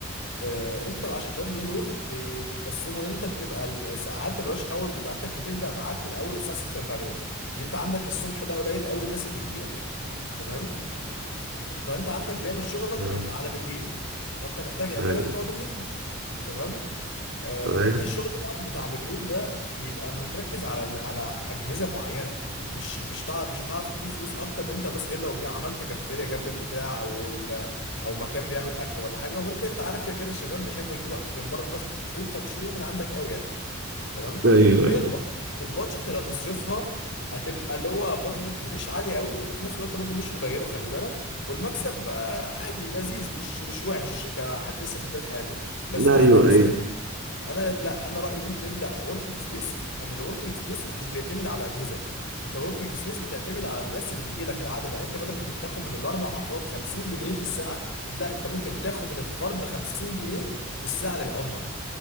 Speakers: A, on the left (about 60°); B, on the right (about 60°).
A: آه، انت ال 10000 جنيه دول ب- بتقسموا ان انت بتبقى الساعات الرش اور بتاعتك بتبدا معاك من اول الساعه 6 المغرب ان انت عندك الصبح ده قليل قوي الناس اللي بتجيلك تمام فانت عندك دايما شغلك
B: آه،
A: بيبقى على بالليل فانت محتاج عماله
B: آه،
A: بتوع بالليل تمام آه،
B: صحيح
A: فانت الشغل بتاعك بتاع بالليل ده بيبقى متركز على على اجهزه معينه مش مش تع- مش هتعرف تجيب فلوس اكتر ان انت بس غير لو عملت كافيتيريا جنب البتاع او ال- او مكان بيعمل اكل ولا حاجه وغير كده انت عارف كده كده الشباب بيحبوا يجيبوا اكل من بره فاست فود فمش يجيبوا من عندك قوي يعني تمام
B: ايوه
A: فهي الب- البادجت اللي هتصرفها هتبقى اللي هو بادجت مش عالي قوي وفي نفس الوقت برضو مش قليله خلي بالك والمكسب آه، عادي لذيذ مش مش وحش كحد لسه في بدايه حياته بس
B: ايوه
A: انا كنصيحه
B: ايوه
A: انا لا انا رايي ان انت تبدا وركينج سبيس ان الوركينج سبيس مش بيعتمد على اجهزه انت وركينج سبيس بتعتمد على الناس اللي بتجي لك العدد يعني انت بدل ما كنت تاخد من الاربع افراد 50 جنيه في الساعه انت لا انت ممكن تاخد من الفرد 50 جنيه في الساعه اللي يقعدها